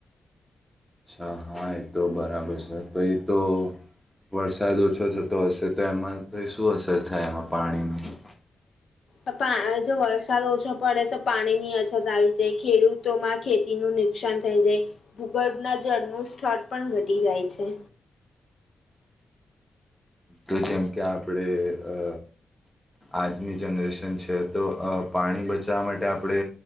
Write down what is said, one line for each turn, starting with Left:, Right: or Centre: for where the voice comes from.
Centre: હા હા એ તો બરાબર છે. પહિ તો વરસાદ ઓછો થતો હશે તો એમાં તો એ શું અસર થાય એમાં પાણીની?
Left: પપા જો વરસાદ ઓછો પડે તો પાણીની અછત આવી જાય, ખેડૂતોમાં ખેતીનું નુકસાન થઈ જાય, ભૂગર્ભના જળનું સ્થળ પણ ઘટી જાય છે.
Centre: તો જેમ કે આપણે અ આજની જનરેશન છે, તો પાણી બચાવવા માટે આપણે